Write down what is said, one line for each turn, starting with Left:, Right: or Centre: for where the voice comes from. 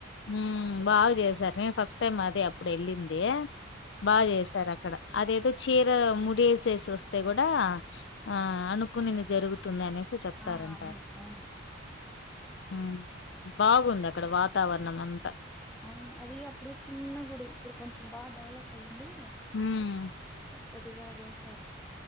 Left: ఉమ్ బాగా చేశారు నేను ఫస్ట్ టైమ్ అది అప్పుడు వెళ్ళింది బాగా చేశారు అక్క డ అదేదో చీర ముడిసేసి వస్తే కూడా ఆ అనుకునిది జరుగు తుంది అనేసి చెప్తారంటాడు
Centre: ఆ అవును అవును
Left: ఉమ్ బాగుంది అక్కడ వాతావరణం అంతా
Centre: అవును అది అప్పుడు చిన్న గుడి ఇప్పుడు కొంచెం బాగా డెవలప్ అయింది
Left: హమ్
Centre: పెద్దదిగా చేసారు